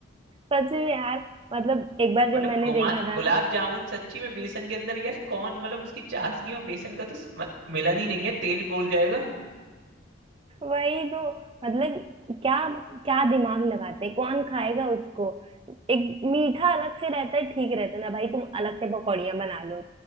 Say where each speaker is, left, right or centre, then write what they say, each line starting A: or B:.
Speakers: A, on the right; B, on the right.
A: सच में यार मतलब एक बार
B: मतलब
A: जब मैंने
B: गुमा
A: देखा था
B: गुलाब
A: ना
B: जामुन सच्ची में बेसन के अंदर यार कौन मतलब उसकी चाशनी और बेसन का तो स्म- मिलन ही नहीं है तेल बोल जाएगा
A: वही तो मतलब क्या क्या दिमाग लगाते हैं, कौन खाएगा उसको एक मीठा अलग से रहता है ठीक रहता है ना भाई तुम अलग से पकौड़ियाँ बना लो